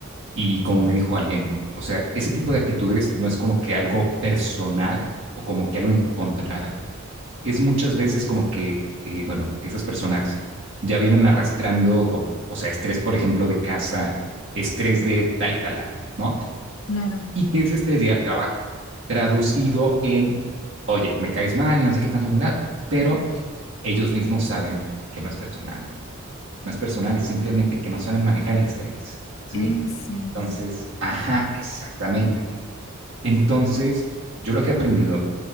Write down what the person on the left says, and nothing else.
Sí,
claro,
eso,